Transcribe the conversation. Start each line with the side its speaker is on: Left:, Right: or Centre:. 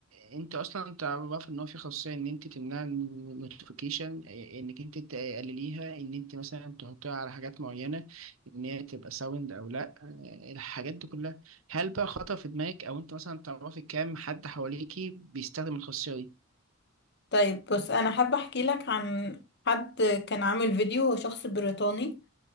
Right: انت اصلا تعرف ان هو في خاصيه ان انت تمنع النوتيفيكيشن آه، انك انت تقلليها ان انت مثلا تحطيها على حاجات معينه ان هي تبقى ساوند او لا آه، الحاجات دي كلها هل بقى خطر في دماغك او انت مثلا تعرفي كام حد حواليكي بيستخدم الخاصيه دي
Left: طيب بص انا حابه احكي لك عن حد كان عامل فيديو هو شخص بريطاني